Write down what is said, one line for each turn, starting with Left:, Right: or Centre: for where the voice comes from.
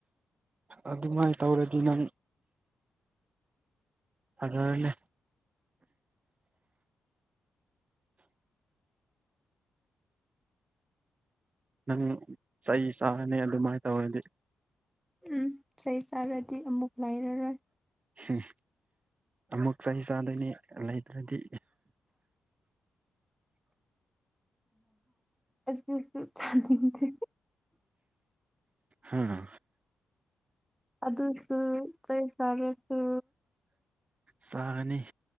Right: ꯑꯗꯨꯃꯥꯏꯅ ꯇꯧꯔꯗꯤ ꯅꯪ ꯑꯗꯂꯦ ꯅꯪ ꯆꯩ ꯆꯥꯅꯤ ꯑꯗꯨꯃꯥꯏꯅ ꯇꯧꯔꯗꯤ
Centre: ꯎꯝ ꯏꯁꯩ ꯆꯥꯔꯗꯤ ꯑꯃꯨꯛ ꯂꯩꯔꯔꯣꯏ
Right: ꯎꯝ ꯑꯃꯨꯛ ꯆꯍꯤ ꯆꯥꯗꯣꯏꯅꯤ ꯂꯩꯇ꯭ꯔꯗꯤ
Centre: ꯑꯗꯨꯖꯨ ꯆꯅꯤꯡꯗꯦ
Right: ꯑꯥ
Centre: ꯑꯗꯨꯁꯨ ꯆꯩ ꯆꯔꯥꯁꯨ
Right: ꯆꯥꯒꯅꯤ